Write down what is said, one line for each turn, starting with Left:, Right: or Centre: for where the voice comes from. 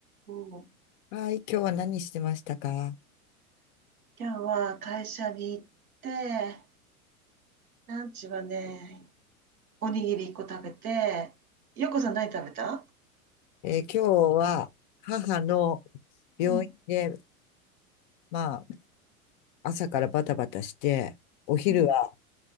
Right: もう、
Left: はい、今日は何してましたか
Right: 今日は会社に行って、ランチはね、おにぎり1個食べて、ようこさん何食べた
Left: えー今日は母の病院で、
Right: うん。
Left: まあ、朝からバタバタして、お昼は、
Right: うん。